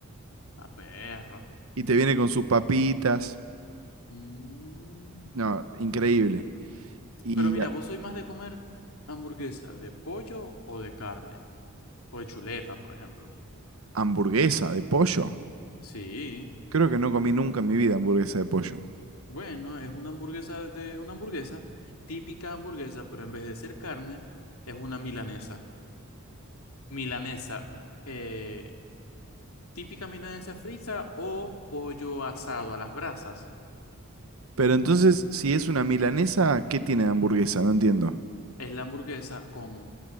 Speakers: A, on the left; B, on the right.
A: A perro.
B: Y te viene con sus papitas.
A: Mm.
B: No, increíble. Y
A: Pero mira,
B: a-
A: ¿vos sois más de comer hamburguesa de pollo o de carne? O de chuleta, por ejemplo.
B: hamburguesa de pollo.
A: Sí,
B: Creo que no comí nunca en mi vida hamburguesa de pollo.
A: bueno, es una hamburguesa de una hamburguesa, típica hamburguesa, pero en vez de ser carne, es una milanesa. Milanesa, eh, típica milanesa frita o pollo asado a las brasas.
B: Pero entonces, si es una milanesa, ¿qué tiene de hamburguesa? No entiendo.
A: Es la hamburguesa con